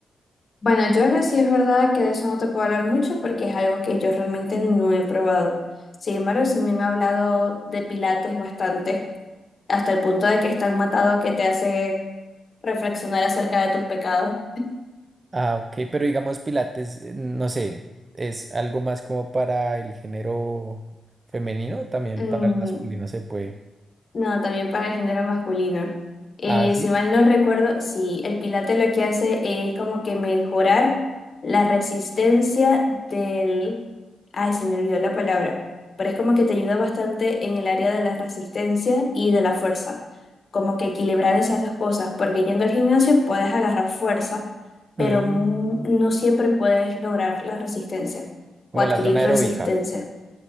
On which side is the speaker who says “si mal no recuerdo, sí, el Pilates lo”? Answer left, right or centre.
Left